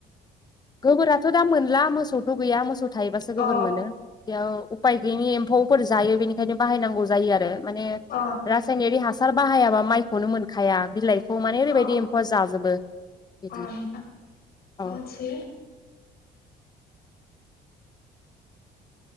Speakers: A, on the left; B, on the left.
A: गोबोराथ' दा मोनला मोसौथ' गैया मोसौ थायोबासो
B: अ
A: गोबोर मोनो बेयाव उफाय गैयिनि एम्फौफोर जायो बेनिखायनो बायनांगौ जायो आरो मानि
B: अ
A: रासायनारि हासार बाहायाबा माइखौनो मोनखाया बिलाइ औ माने ओरैबायदि
B: अ
A: एम्फौआ जाजोबो बिदि
B: अ नोंथां
A: औ।
B: मोनसे